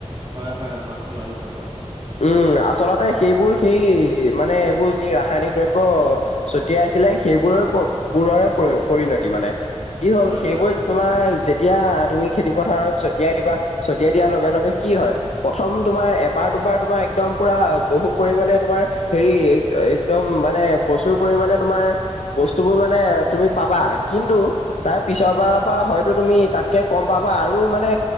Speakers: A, on the right (about 40°); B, on the left (about 70°).
A: হয় হয়, সোৱাদ সলনি হল হয়।
B: উম আচলতে সেইবোৰ সেই মানে এইবোৰ যি ৰাসায়নিক দ্ৰব ব্য ছটিয়াইছিলে সেইবোৰৰে বোৰৰে পৰি-পৰিণতি মানে। কি হ'ল
A: হয়
B: সেইবোৰ
A: হয়
B: তোমাৰ যেতিয়া তুমি খেতি পথাৰত ছটিয়াই দিবা। ছটিয়াই দিয়াৰ লগে লগে কি হয়? প্ৰথম তোমাৰ এবাৰ-দুবাৰ তোমাৰ একদম পুৰা বহু পৰিমাণে তোমাৰ হেৰি একদম মানে প্ৰচুৰ পৰিমাণে তোমাৰ বস্তুবোৰ মানে তুমি পাবা। কিন্তু তাৰ পিছৰবাৰৰ পৰা হয়তো তুমি তাতকে কম পাবা আৰু মানে